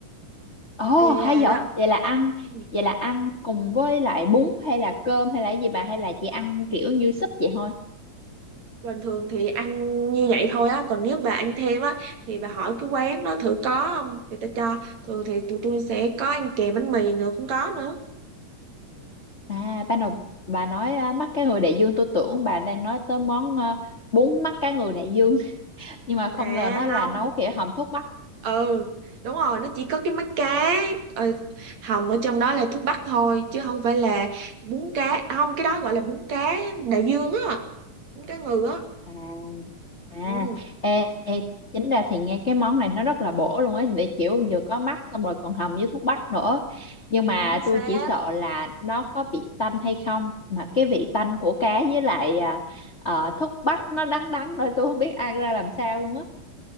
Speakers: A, on the left (about 30°); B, on the right (about 55°).
A: ồ
B: ok
A: hay
B: ra
A: vậy.
B: đó
A: Vậy là ăn
B: Ừ.
A: vậy là ăn cùng với lại bún hay là cơm hay là gì bà hay là chỉ ăn kiểu như súp vậy thôi?
B: bình thường thì ăn như vậy thôi á còn nếu bà ăn thêm á thì bà hỏi cái quán đó thử có không người ta cho thường thì tụi tôi sẽ có ăn kèm bánh mì nữa cũng có nữa
A: À, ban đầu bà nói à, mắt cá ngừ đại dương tôi tưởng bà đang nói tới món à, bún mắt cá ngừ đại dương <laughs> nhưng mà không
B: à
A: ngờ nó là
B: không
A: nấu kiểu hầm thuốc bắc.
B: ừ đúng rồi nó chỉ có cái mắt cá ờ, hồng ở trong đó là thuốc bắc thôi chứ không phải là bún cá à, không cái đó gọi là bún cá đại dương á bún cá ngừ á
A: À, à
B: ừ
A: ê, ê, chính ra thì nghe cái món này nó rất là bổ luôn ấy để kiểu vừa có mắt xong rồi còn hầm với thuốc bắc nữa. Nhưng mà
B: chính xác
A: tôi chỉ sợ là nó có bị tanh hay không mà cái vị tanh của cá với lại à, ờ, thuốc bắc nó đắng đắng nữa tôi không biết ăn ra làm sao luôn á.